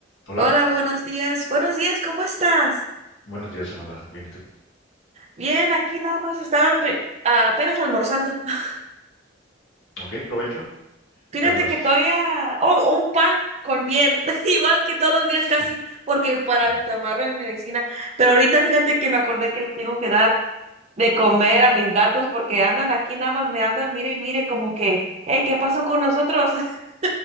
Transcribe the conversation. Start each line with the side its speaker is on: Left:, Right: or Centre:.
Left: Hola,
Right: Hola, buenos días. Buenos días, ¿cómo estás?
Left: buenos días, Alondra. Bien, ¿y tú?
Right: Bien, aquí nada más estaba pri- apenas almorzando. <laughs>
Left: Ok, provecho.
Right: Fíjate
Left: ¿Qué almuerzas?
Right: que todavía... Oh, un pan con miel, <laughs> igual que todos los días
Left: <laughs>
Right: casi, porque para
Left: Mm.
Right: tomarme mi medicina. Pero ahorita fíjate que me acordé que le tengo que dar de comer a mis gatos porque andan aquí nada más, me andan, mire y mire, como que, eh, ¿qué pasó con nosotros? <laughs>